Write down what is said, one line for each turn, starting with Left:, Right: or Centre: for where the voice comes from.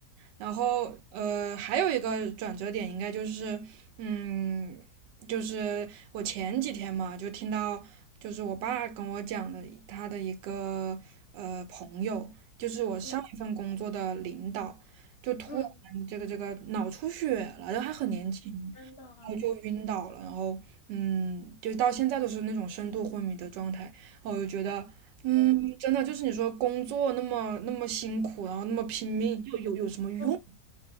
Right: 然后呃，还有一个转折点应该就是，嗯，就是我前几天嘛，就听到就是我爸跟我讲的他的一个呃朋友，就是我上一份工作的领导，
Left: 嗯
Right: 就突然这个这个脑出血了，
Left: 嗯，
Right: 然后还很年轻，
Left: 天呐，
Right: 然后就晕倒了，然后嗯，就到现在都是那种深度昏迷的状态，哦我就觉得嗯，
Left: 哎呀，
Right: 真的就是你说工作那么那么辛苦，然后那么拼命，又有有什么用？
Left: 嗯。